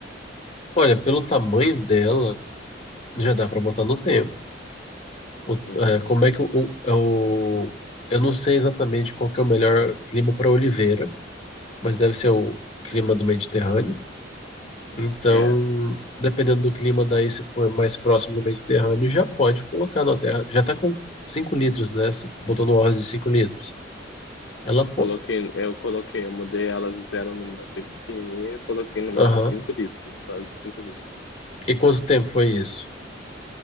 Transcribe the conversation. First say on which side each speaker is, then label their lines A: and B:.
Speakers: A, on the left; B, on the left.
A: Olha, pelo tamanho dela, já dá para botar no tempo. O-
B: Uhum.
A: é, como é que o, o- é o- Eu não sei exatamente qual que é o melhor clima para oliveira, mas deve ser o clima do Mediterrâneo. Então,
B: É,
A: dependendo do clima daí, se for mais próximo do Mediterrâneo, já pode colocar na terra. Já está com 5 litros, né? Você botou no arroz de 5 litros. Ela pode.
B: coloquei, eu coloquei, eu mudei, elas vieram numa bem pequenininha e eu coloquei numa
A: Aham.
B: de 5 litros, quase 5
A: E quanto tempo foi isso?